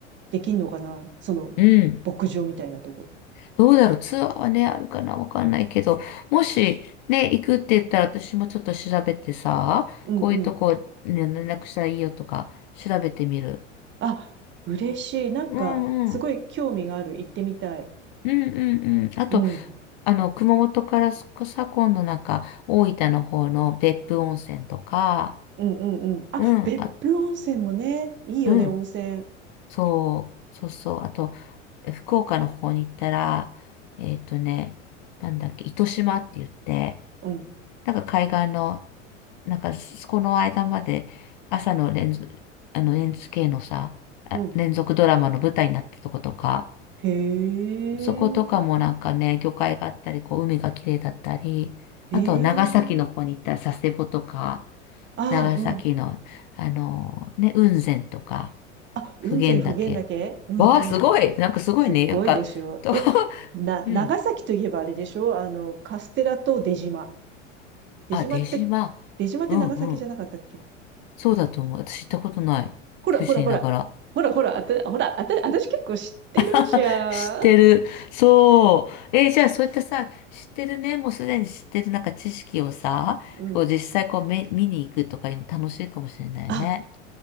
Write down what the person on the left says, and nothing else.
うん。
どうだろうツアーはね、あるかなわかんないけど、もしね、行くって言ったら私もちょっと調べてさ、
こういうとこ、ね、連絡したらいいよとか、調べてみる。
うんうん。
うんうんうん。あと、
あの、熊本からさ、今度なんか、大分の方の別府温泉とか、
うん、
あ、
うん、
そう、そうそう。あと、福岡の方に行ったら、えっとね、なんだっけ、糸島って言って、
なんか海岸の、なんかそこの間まで朝の連続、あの NHK のさ、あ連続ドラマの舞台になったとことか、
そことかもなんかね、魚介があったり、こう海が綺麗だったり、
あと長崎の方に行ったら佐世保とか、
長崎の、
あのね、雲仙とか、
普賢岳。
わあ、すごいなんかすごいね、
なんか、と、
<laughs>
うん。
あ、出島。
うんうん。そうだと思う。私行ったことない。
九州にいながら。
<laughs> 知ってる。そう。えーじゃあそういったさ、知ってるね、もうすでに知ってるなんか知識をさ、
こう実際こうめ見に行くとかいうの楽しいかもしれないよね。